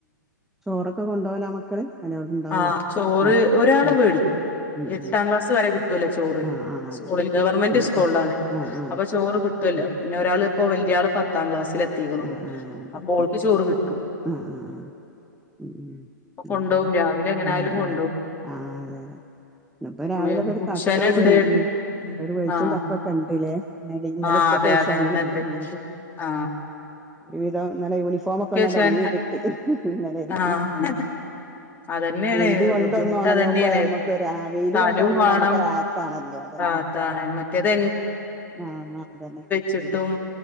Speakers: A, in the centre; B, on the left.
A: ചോറൊക്കെ കൊണ്ടോവലാ മക്കള് അല്ലെ അവിടെ ഇണ്ടാവോ
B: ആ ചോറ്
A: ഉം
B: ഒരാള്
A: ഉം
B: മേടിക്കും
A: ഉം
B: എട്ടാം
A: ഉം
B: ക്ലാസ് വരെ കിട്ടും. കിട്ടൂല ചോറ്
A: ആഹ് ആഹ്
B: സ്കൂള്
A: അതെ അതെ
B: ഗവർമെന്റ്
A: ഉം
B: സ്കൂളാണ്
A: ഉം ആഹ്
B: അപ്പൊ ചോറ് കിട്ടൂല്ലോ ഒരാള് ഇപ്പോ വല്യാള് പത്താംക്ലാസ് എത്തിക്കണു
A: ആഹ്
B: അപ്പോ ഓൾക്ക് ചോറ് കിട്ടും.
A: ആഹ് ഉം ഉം ആഹ് ആഹ് അതെ ആഹ് ആഹ് ആഹ് ഉം
B: പ്പകൊണ്ടവും
A: ഉം അപ്പം
B: രാവില എങ്ങനായാലും
A: ആഹ് ആഹ്
B: കൊണ്ടവും.
A: ആഹ് അതെ അതെ ഇന്നിപ്പോ
B: സമയം
A: രാവിലൊക്കെ ഒരു
B: ഉച്ചവരണ്ട്.
A: തക്കം വെൾ ഉം ഒരു വെളിച്ചും
B: ആ.
A: തക്കൊക്കെ ഇണ്ട്ല്ലേ ഇന്നലെ ഇന്നലെ
B: ആ
A: ഉച്ചക്കേഷം
B: അതേ
A: അങ്ങനെയല്ലേ
B: എന്താണ്ട്‌
A: ഉം
B: ഷ്‌ ആ
A: ഒരുവിധം നല്ല യൂണിഫോമൊക്കെ ഒന്നങ്ങട്
B: ശേഷം
A: ഒണങ്ങി കിട്ടി ഇന്നലേയ്
B: ആഹ് അതന്നെയാണ്
A: വെയില് കൊണ്ടൊന്നൊണങ്ങുമ്പോ
B: ബുദ്ധിമുട്ട് അതന്നെയാണ്
A: നമ്മക്ക് വെയില്
B: സ്ഥലവും
A: കൊണ്ട് ഒണങ്ങുമ്പോമ്മക്ക്
B: വേണം
A: റാഹത്താണല്ലോ അതന്നെ.
B: റാഹത്താണ് മറ്റേത്
A: ആ ആ അതന്നെ.
B: ചുട്ടും